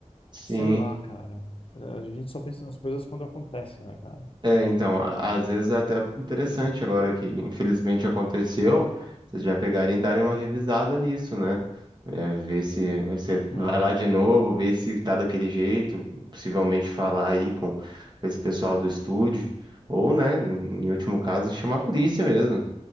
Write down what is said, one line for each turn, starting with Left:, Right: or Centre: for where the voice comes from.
Right: Sim.
Left: Sei lá, cara. A gente só pensa nas coisas quando acontece, né, cara?
Right: É, então, a- às vezes é até interessante agora que infelizmente aconteceu, vocês já pegarem e darem uma revisada nisso, né? É, ver se você vai
Left: É.
Right: lá de novo, ver se tá daquele jeito, possivelmente falar aí com esse pessoal do estúdio, ou, né, em último caso, chamar a polícia mesmo,